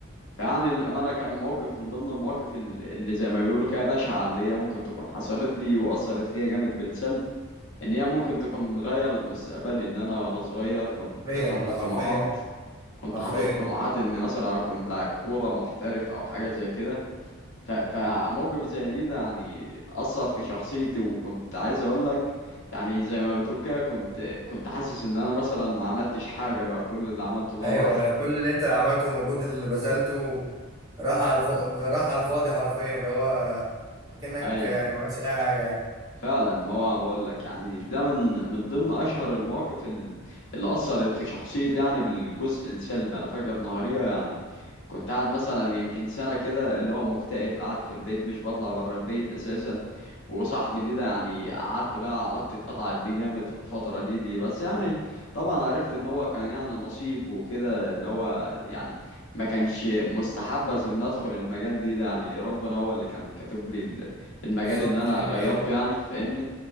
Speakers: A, on the left; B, on the right.
A: فيعني الامانه كان موقف من ضمن المواقف ال- اللي زي ما بيقولوا كده بشعه اللي هي ممكن تكون حصلت لي واثرت فيا جامد بالسلب ان هي ممكن تكون غيرت مستقبلي ان انا وانا صغير كنت
B: حرفيا
A: حاطط
B: ده حرفيا
A: طموحات كنت
B: حرفيا
A: حاطط طموحات ان مثلا اكون لاعب كوره محترف او حاجه زي كده ف- فموقف زي دي ده يعني اثر في شخصيتي وكنت عايز اقول لك يعني زي ما بتقول كده كنت كنت حاسس ان انا مثلا ما عملتش حاجه بقى كل اللي عملته ده
B: ايوه
A: راح
B: كل اللي انت عملته والمجهود اللي بذلته راح على الف... راح على الفاضي حرفيا اللي هو اكنك
A: ايوه
B: يعني ما عملتش اي حاجة يعني
A: فعلا ما هو بقول لك يعني ده من من ضمن اشهر المواقف ال- اللي اثرت في شخصيتي يعني بالجزء السلبي انا فاكر نهاريه يعني كنت قاعد مثلا يمكن سنه كده اللي هو مكتئب قاعد في البيت مش بطلع بره البيت اساسا وصاحبي دي ده يعني قعدت بقى علاقتي اتقطعت بيه جامد في الفتره دي دي بس يعني طبعا عرفت ان هو كان يعني نصيب وكده ان هو يعني ما كانش مستحبذ ان ادخل المجال دي ده يعني ربنا هو اللي كان كاتب لي المجال
B: بالظبط
A: اللي انا
B: يعني
A: غيرته
B: هي
A: يعني فاهمني